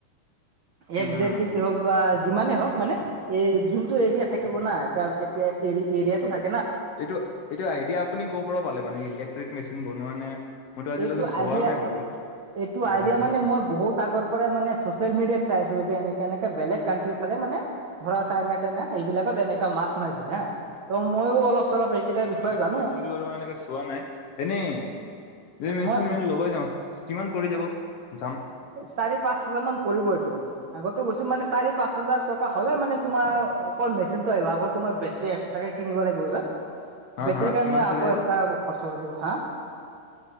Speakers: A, on the right (about 75°); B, on the left (about 65°).
A: এক
B: উম
A: দেৰ কেজি হওঁক বা যিমানেই হওক মানে এই যোনটো এৰিয়া থাকিব না এটা এতিয়া এৰিয়াতটো থাকিব
B: এইটো এইটো আইডিয়া আপুনি ক'ৰ পৰা পালে মানে ইলেক্ট্ৰিক মেচিন বনোৱা নে মই তু আজিলে
A: এইটো
B: হোৱা
A: আইডিয়া
B: নাই বাৰু।
A: এইটো
B: মেচিনটো
A: আইডিয়া মানে মই বহুত আগৰ পৰাই মানে চচিয়েল মিডিয়া চাইছো যে এনেকে এনেকে বেলেগ কানণ্ট্ৰিৰ ফালে মানে ধৰা চাইনা তাইনা সেইবিলাকত এনে মাছ মাৰি থাকে হা ত' মইো অলপ চলপ এইকেইটাৰ বিষয়ে
B: ইলেক্ট্ৰিক
A: জানো
B: মেচিনটো বাৰু মই এনেকা চোৱা নাই। এনেই এই মেচিন
A: মই
B: ম ল'ব যাওঁ কিমান পৰি যাব দাম?
A: চাৰি পাঁচ হাজাৰ মান পৰিব এইটো, আগতে গৈছো মানে চাৰি পাঁচ হাজাৰ টকা হ'লে মানে তোমাৰ অকল মেচিনটো আহিব আকৌ তোমাৰ বেটেৰী এক্সট্ৰাকে কিনিব লাগিব যে।
B: হা
A: বেটেৰি
B: হা
A: কাৰণ
B: কিমান
A: আকৌ
B: পৰি যাব
A: এক্সট্ৰা খৰচ। হৈ যাব হা?